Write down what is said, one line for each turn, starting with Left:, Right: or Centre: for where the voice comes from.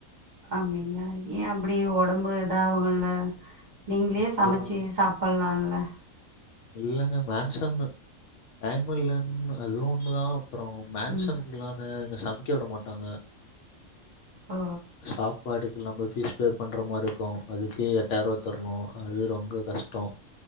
Right: அப்டிங்களா ஏ அப்டியே உடம்பு இதாவுங்கல நீங்களே
Left: அப்புறம்
Right: சமச்சு சாப் பில்லால
Left: இல்லங்க மேன்ஷன் டைம் இல்லன்னு அது ஒண்ணுதா அப்றோ மேன்ஷன்
Right: ம்
Left: இன்ன ஓன்னு இங்க சமைக்க விட மாட்டாங்க
Right: ஓ
Left: சாபாட்டுக்கு நம்ம பீஸ் பே பண்ற மாரி இருக்கு அதுக்கு எட்டாயிரூபா தரணு அது ரொம்ப கஷ்டோ